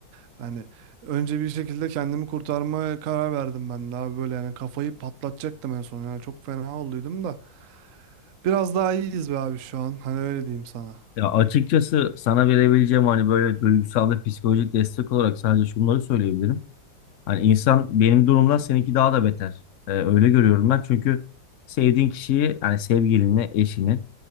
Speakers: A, on the right; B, on the left.
A: Hani önce bir şekilde kendimi kurtarmaya karar verdim ben de abi böyle yani kafayı patlatacaktım en son yani çok fena olduydum da biraz daha iyiyiz be abi şu an hani öyle diyeyim sana.
B: Ya açıkçası sana verebileceğim hani böyle duygusal ve psikolojik destek olarak sadece şunları söyleyebilirim. Hani insan benim durumda seninki daha da beter. Ee, öyle görüyorum ben. Çünkü sevdiğin kişiyi yani sevgilini, eşini